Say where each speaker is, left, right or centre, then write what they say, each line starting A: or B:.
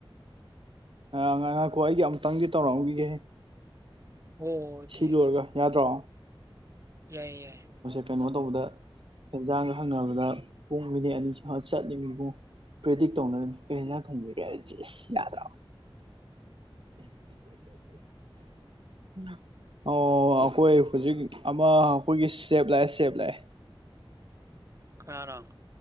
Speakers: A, on the right; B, on the right.
A: ꯑ ꯉꯥꯏꯈꯣ ꯑꯩꯒꯤ ꯑꯃꯨꯛꯇꯪꯗꯤ ꯇꯧꯔꯝꯑꯈꯤꯒꯦ
B: ꯑꯣꯗꯤ
A: ꯁꯤ ꯂꯣꯏꯔꯒ ꯌꯥꯗ꯭ꯔꯣ
B: ꯌꯥꯏ ꯌꯥꯏ
A: ꯇꫭꯝꯕꯗ ꯇꯧꯕꯗ ꯍꯦꯟꯖꯥꯡꯒ ꯍꯪꯅꯕꯗ ꯄꯨꯡ ꯃꯤꯅꯤꯠ ꯑꯅꯤꯁꯤ ꯆꯠꯂꯤꯃꯤꯕꯨꯨꯉꫭ ꯄ꯭ꯔꯦꯗꯤ ꯇꯧꯅꯩꯔꯤꯃꯤ ꯀꯔꯤꯍꯦꯟꯖꯥꯡ ꯊꯣꯡꯖꯤꯒꯦ ꯁꯤ ꯌꯥꯗ꯭ꯔꫭ <unintelligible> ꯑꯣ ꯑꯩꯈꯣꯏ ꯍꯧꯖꯤꯛ ꯑꯃ ꯑꯩꯈꯣꯏꯒꯤ ꯁꯦꯞ ꯂꯥꯛꯑꯦ ꯁꯦꯞ ꯂꯥꯛꯑꯦ
B: ꯀꯅꯥꯅꫭ